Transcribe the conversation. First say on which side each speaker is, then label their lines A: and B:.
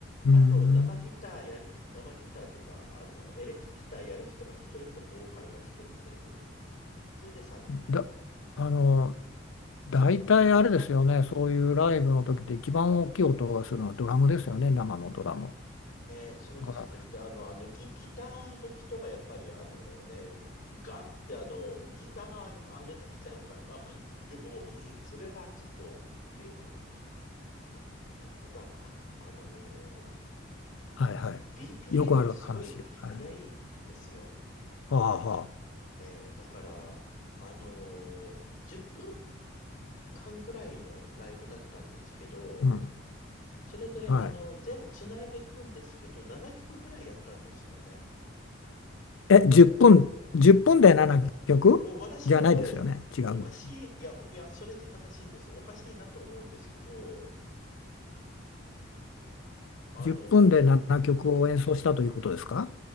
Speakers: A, on the left; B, on the left.
A: うーん。
B: あと生ギターやる、生ギターというか、あの、エレキギターやる人が一人と、ボーカルが一人という、それで三人。
A: だ、あの、大体あれですよね、そういうライブの時で一番大きい音がするのはドラムですよね、生のドラム。
B: えーそうですね。
A: だか
B: それであの、あのギ、ギターの人がやっぱりあのね、ガってあの、ギター上げてきちゃうから、<laughs> でも、それはちょっとっていうのも、出しきましたね。ただ、あのー
A: ら、はいは
B: BPM
A: い。よくある話。
B: がすごい速いんですよ。
A: はい、はあはあ。
B: えーだから、あのー10分間ぐらいのライブだったんですけど、
A: うん。
B: それで、
A: はい。
B: あの、全部繋いでいくんですけど、7曲くくらいやったんですよね。
A: え、10分、1分で7曲じゃないですよね。
B: うん、私も、
A: 違うんですよ。
B: おかしい、いや、いや、それで正しいんです。おかしいなと思うんですけど、あの
A: 10分で7曲を演奏したということですか
B: ー